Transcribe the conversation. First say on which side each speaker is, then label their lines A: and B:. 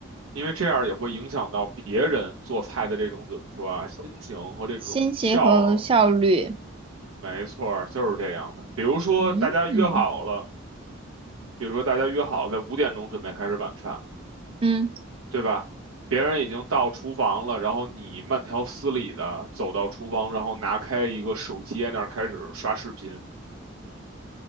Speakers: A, on the right (about 85°); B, on the right (about 25°).
A: 因为这样也会影响到别人做菜的这种怎么说啊，心情和这种笑
B: 心情和效率。
A: 没错儿，就是这样的。比如说大家约好了，
B: 嗯，嗯，
A: 比如说大家约好了在五点钟准备开始晚饭，
B: <laughs> 嗯
A: 对吧？别人已经到厨房了，然后你慢条斯理的走到厨房，然后拿开一个手机在那儿开始刷视频。